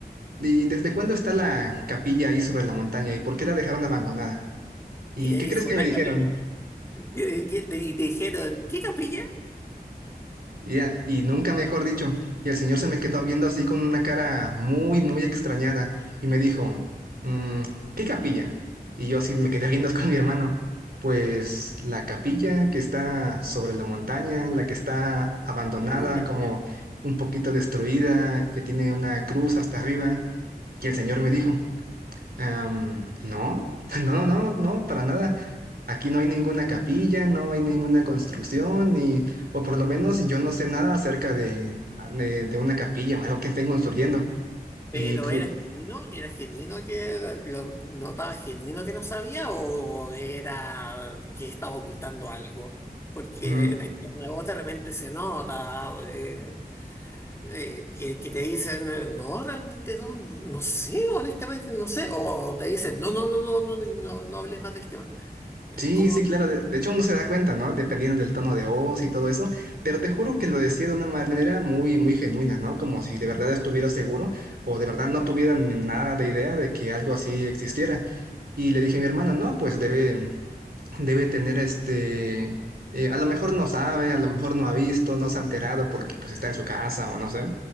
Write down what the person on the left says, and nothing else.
Y te
dijo,
no
hay
capilla. Y, y- y te dijeron, ¿qué capilla?
La cruz, la
cruz.
Pero
era genuino, era genuino que lo notaba genuino que no sabía o era que estaba ocultando algo. Porque
en tono de voz de repente se nota eh, eh, que, que te dicen, eh, no, realmente no, no, no sé, honestamente no sé. O te dicen, no, no, no, no, no, no, no hables más del tema.
¿Cómo?